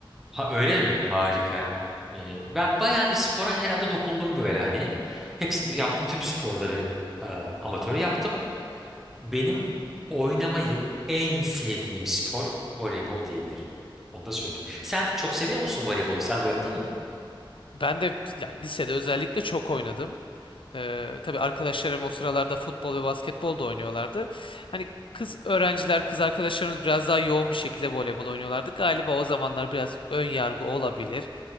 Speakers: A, in the centre; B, on the left.
A: ha, öyle mi? Harika. Ee, ben bayağı bir spora herhalde dokundum böyle hani. Hepsi yaptım tüm sporları e, amatör yaptım. Benim oynamayı en sevdiğim spor voleybol diyebilirim. Onu da söyleyeyim. Sen çok seviyor musun voleybolu? Sen de oynadın mı?
B: Ben de ya, lisede özellikle çok oynadım. Ee, tabii arkadaşlarım o sıralarda futbol ve basketbol da oynuyorlardı. Hani kız öğrenciler, kız arkadaşlarımız biraz daha yoğun bir şekilde voleybol oynuyorlardı. Galiba o zamanlar biraz ön yargı olabilir.